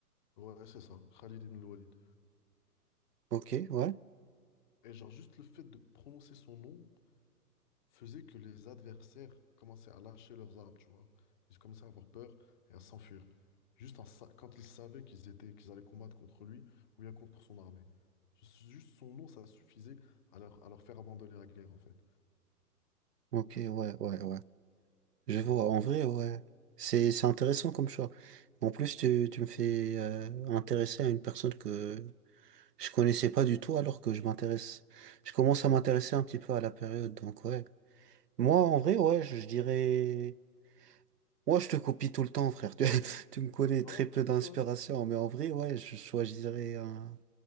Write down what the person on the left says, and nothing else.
Ouais, c'est ça, Khalid ibn al-Walid.
Et genre juste le fait de prononcer son nom faisait que les adversaires commençaient à lâcher leurs armes, tu vois. Ils commençaient à avoir peur et à s'enfuir. Juste en sa- quand ils savaient qu'ils étaient, qu'ils allaient combattre contre lui ou bien contre son armée. Juste juste son nom, ça suffisait à leur, à leur faire abandonner la guerre, en fait.
Et du coup,
toi...
Ouais,
tranquille,
ouais,